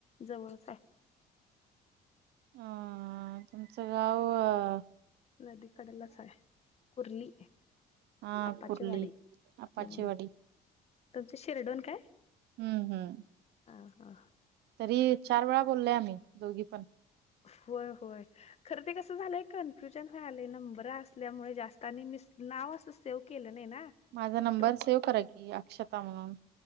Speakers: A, on the left; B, on the right.
A: जवळच आहे
B: ह.. तुमचं गाव अ
A: नदी कडलाच हाय कुर्ली
B: हा
A: आप्पाची
B: कुर्ली
A: वाडी ह
B: आपाचीवाडी
A: तुमचं शिरडोन काय
B: हम्म हम्म
A: हा हा
B: तरी चार वेळा बोललोय आम्ही दोघी पण
A: होय होय खर ते कस झालंय कन्फ्युजन व्हालय नंबर असल्यामुळे जास्त आणि मिस नाव असं सेव्ह केलं नाही ना
B: माझा नंबर
A: ते
B: सेव करा की अक्षता म्हणून